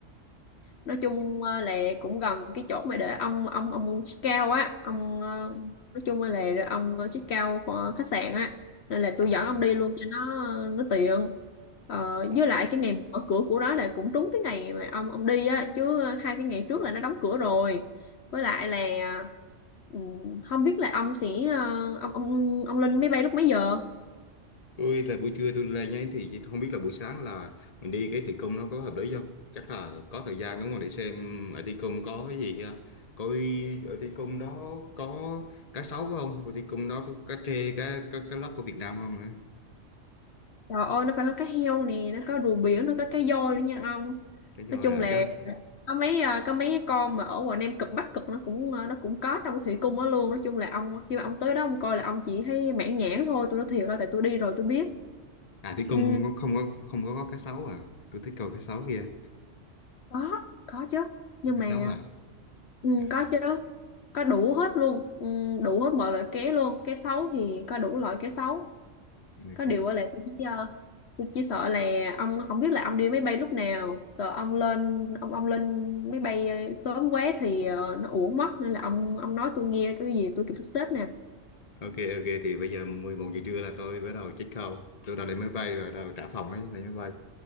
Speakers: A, on the left; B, on the left.
A: nói chung ờ, là cũng gần cái chỗ mà để ông ông ông chiếc cao á ông ờ, nói chung là để ông chiếc cao của khách sạn á nên là
B: À
A: tôi
B: à.
A: dẫn ông đi luôn cho nó nó tiện ờ,
B: À,
A: với lại cái ngày mở cửa của đó là cũng trúng cái ngày mà ông ông đi á chứ ờ, hai cái ngày trước là nó đóng cửa rồi với lại là ừ, không biết là ông sẽ ờ, ông ông ông lên máy bay lúc mấy giờ
B: tôi tại buổi trưa tôi lên nhé thì chỉ không biết là buổi sáng là mình đi cái thi công nó có hợp lý không chắc là có thời gian đúng không để xem ở thi công có cái gì kia coi ở thi công đó có cá sấu không coi thi công đó có cá trê cá cá, cá lóc của Việt Nam không nữa
A: Trời ơi, nó phải có cá heo nè, nó có rùa biển, nó có cá voi nữa nha ông.
B: cái rồi
A: Nói chung
B: à
A: là
B: chứ
A: có mấy ờ, có mấy cái con mà ở ngoài Nam Cực Bắc Cực nó cũng ờ, nó cũng có trong thủy cung đó luôn. Nói chung là ông khi mà ông tới đó ông coi là ông chỉ thấy mãn nhãn thôi, tôi nói thiệt là tại tôi đi rồi tôi biết.
B: à thi
A: Ừ,
B: công không có không có không có cá sấu à tôi thích coi cá sấu kia
A: có, có chứ. Nhưng
B: có cá
A: mà
B: sấu à
A: ừ,
B: à
A: có chứ. Có đủ hết luôn, ừ, đủ hết mọi loại cá luôn. Cá sấu thì có đủ loại cá sấu.
B: ok
A: có điều á là tôi chỉ ờ, tôi chỉ sợ là ông không biết là ông đi máy bay lúc nào sợ ông lên ông ông lên máy bay ờ, sớm quá thì ờ, nó uổng mất nên là ông ông nói tôi nghe cái gì tôi kịp sắp xếp nè
B: ok ok thì bây giờ 11 giờ trưa là tôi bắt đầu check out tôi đã lên máy bay rồi bắt đầu trả phòng đấy lên máy bay